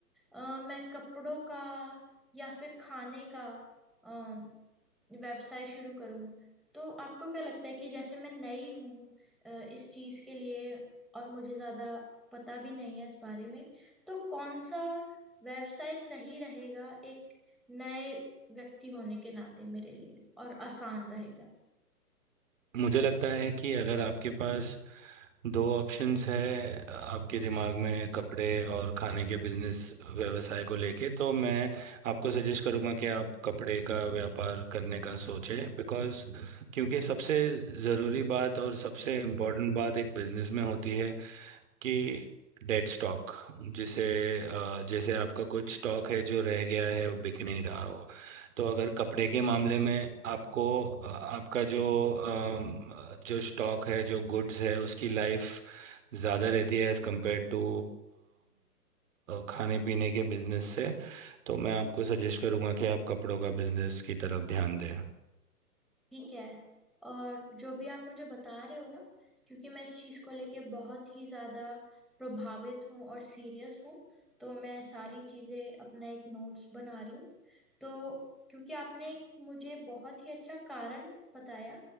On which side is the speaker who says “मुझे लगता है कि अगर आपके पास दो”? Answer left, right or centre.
Right